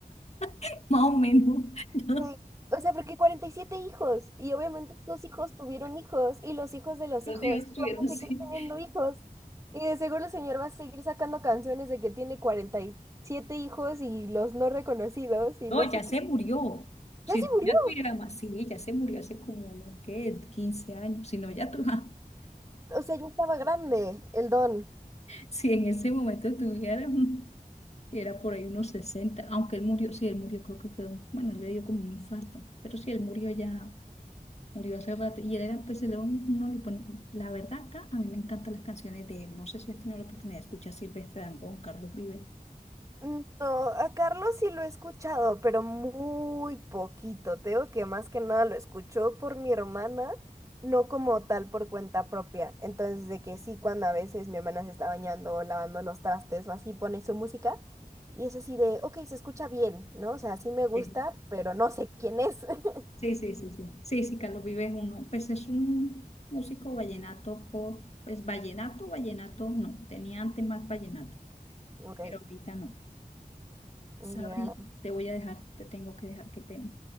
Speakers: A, on the left (about 45°); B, on the right (about 20°).
A: <laughs> más o menos. <laughs> ¿no?
B: Sí. o sea, porque 47 hijos y obviamente sus hijos tuvieron hijos y los hijos de los
A: Los
B: hijos
A: hijos estuvieron
B: van a
A: así.
B: seguir teniendo hijos. Y de seguro el señor va a seguir sacando canciones de que tiene 47 hijos y los no reconocidos y
A: No,
B: no
A: ya
B: sé
A: se
B: qué.
A: murió. Si
B: Ya se
A: no,
B: murió.
A: ya tuviera más, sí, ya se murió hace como, no ¿qué? 15 años. Si no, ya tú, <laughs>
B: O sea, ya estaba grande el don.
A: si en ese momento tuviera, mm, era por ahí unos 60 aunque él murió, sí, él murió, creo que fue, un- bueno, él le dio como un infarto, pero sí, él murió ya Murió hace rato y él era, pues, él era un- uno, de los buenos. la verdad acá, a mí me encantan las canciones de él. No sé si has tenido la oportunidad de escuchar Silvestre Dangond, Carlos Vives.
B: Mm, No, a Carlos sí lo he escuchado, pero muy poquito. Te digo que más que nada lo escucho por mi hermana, no como tal por cuenta propia. Entonces, de que sí, cuando a veces mi hermana se está bañando o lavando los trastes o así, pone su música y es así de, ok, se escucha bien, ¿no? O sea, sí me gusta,
A: Sí,
B: pero no sé quién es. <laughs>
A: sí, sí, sí, sí. Sí, sí, Carlos Vives es uno, pues es un músico vallenato por, pues vallenato, vallenato no, tenía antes más vallenato,
B: Ok,
A: pero ahorita no.
B: ya.
A: Sabri, te voy a dejar, te tengo que dejar, qué pena.